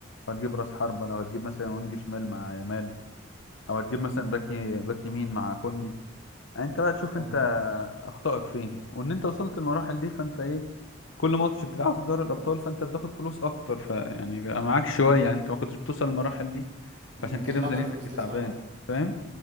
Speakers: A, on the left (about 80°); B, on the right (about 40°).
A: هتجيب راس حربة لو هتجيب مثلا وينج شمال مع يامال او هتجيب
B: امم.
A: مثلا باك ي- باك يمين مع كوندي يعني انت بقى تشوف
B: تمام
A: انت اخطائك فين وان انت وصلت للمراحل دي فانت ايه كل ماتش بتلعبه في دوري الابطال فانت بتاخد فلوس اكتر فيعني بيبقى معاك شويه
B: مم.
A: يعني انت ما كنتش بتوصل للمراحل دي
B: ما
A: فعشان كده
B: كانش
A: ميزانيتك
B: معاك الفلوس
A: كانت
B: دي
A: تعبانه
B: فعلا
A: فاهم